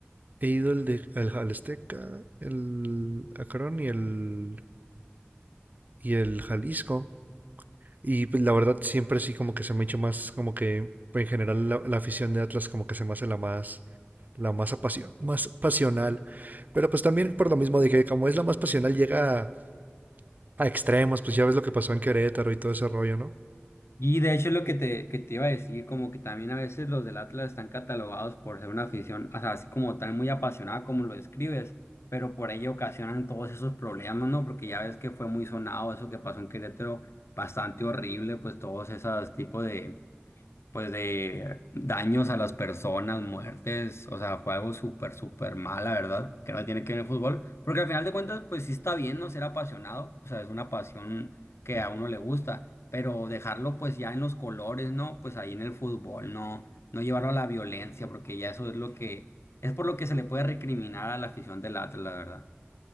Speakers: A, on the right; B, on the left.
A: he ido al de al, al Azteca, el Acron y el y el Jalisco. Y pues la verdad siempre sí como que se me ha hecho más, como que en general la, la afición de Atlas como que se me hace la más, la más apasion más pasional. Pero pues también por lo mismo de que como es la más pasional, llega a, a extremos, pues ya ves lo que pasó en Querétaro y todo ese rollo, ¿no?
B: Y de hecho es lo que te, que te iba a decir, como que también a veces los del Atlas están catalogados por ser una afición, o sea, así como tal muy apasionada como lo describes, pero por ello ocasionan todos esos problemas, ¿no? Porque ya ves que fue muy sonado eso que pasó en Querétaro, bastante horrible, pues todos esos tipos de, pues de daños a las personas, muertes, o sea, fue algo súper, súper mal, la verdad, que no tiene que ver el fútbol, porque al final de cuentas, pues sí está bien, ¿no? Ser apasionado, o sea, es una pasión que a uno le gusta, pero dejarlo pues ya en los colores, ¿no? Pues ahí en el fútbol, no, no llevarlo a la violencia, porque ya eso es lo que, es por lo que se le puede recriminar a la afición del Atlas, la verdad.